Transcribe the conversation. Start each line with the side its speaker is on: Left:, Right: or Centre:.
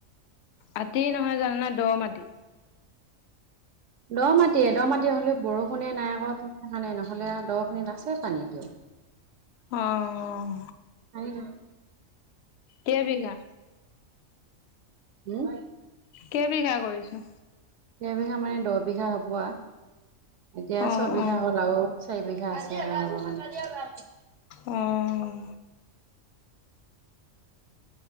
Left: আতি নহয় জাননে দ' মাটি।
Right: দ' মাটিয়ে, দ' মাটি হ'লে বৰষুণে নাই আকৌ সেই কাৰণে নহ'লে দ' খিনিত আছে পানীটো।
Left: অঁ।
Right: <inaudible>
Left: কেই বিঘা?
Right: উম।
Left: কেই বিঘা কৰিছ?
Right: কেই বিঘা মানে দহ বিঘা হ'ব আৰু এতিয়া
Left: অ
Right: ছয় বিঘা
Left: অ
Right: হ'ল আৰু। চাৰি বিঘা আছে আমাৰ ভাগত মানে।
Left: উম।